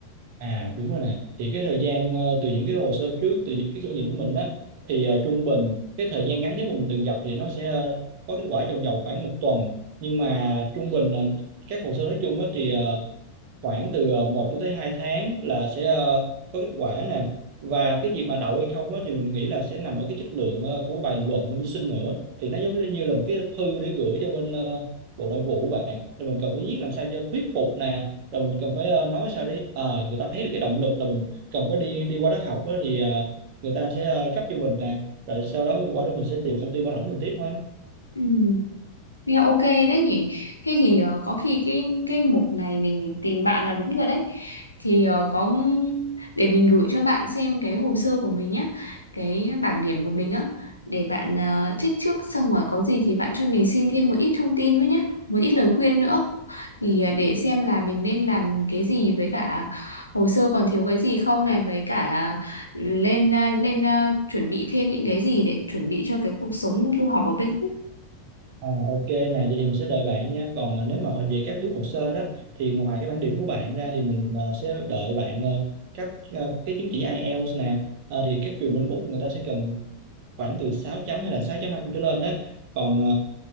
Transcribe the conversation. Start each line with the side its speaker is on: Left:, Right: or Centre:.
Right: à đúng rồi nè thì cái thời gian ờ, từ những cái hồ sơ trước từ những cái kinh nghiệm của mình á thì ờ, trung bình cái thời gian ngắn nhất mà mình từng gặp thì nó sẽ ờ, có kết quả trong vòng khoảng một tuần nhưng mà trung bình ờ, các hồ sơ nói chung á thì ờ, khoảng từ ờ, 1 cho tới 2 tháng là sẽ ờ, có kết quả nè và cái việc mà đậu hay không á, thì mình nghĩ là sẽ nằm ở cái chất lượng ờ, của bài luận mình đi xin nữa thì nó giống như là một cái thư để gửi cho bên ờ, bộ nội vụ của bạn là mình cần phải viết làm sao cho thuyết phục nè rồi mình cần phải ờ, nói sao để ờ, người ta thấy được cái động lực là mình cần phải đi đi qua đó học á, thì ờ, người ta sẽ ờ, cấp cho mình nè rồi sau đó qua đó mình sẽ tìm công ty bảo lãnh mình tiếp thôi
Left: ừ. Nghe ok đấy nhỉ. Thế thì ờ, có khi cái cái mục này mình tìm bạn là đúng rồi đấy. Thì ờ, có để mình gửi cho bạn xem cái hồ sơ của mình nhé, cái bảng điểm của mình á để bạn uh, check trước xong rồi có gì thì bạn cho mình xin thêm một ít thông tin với nhé, một ít lời khuyên nữa. Thì ờ, để xem là mình nên làm cái gì với cả hồ sơ còn thiếu cái gì không này với cả lên ờ, nên ờ, chuẩn bị thêm những cái gì để chuẩn bị cho cái cuộc sống du học ở bên Úc.
Right: À, ok nè, vậy thì mình sẽ đợi bạn nha. Còn à, nếu mà về các bước hồ sơ đó thì ngoài cái bản điểm của bạn ra thì mình à, sẽ đợi bạn à, các à, cái chứng chỉ IELTS nè. À, thì các trường bên Úc người ta sẽ cần khoảng từ 6 chấm hay là sáu chấm năm trở lên đó. Còn à,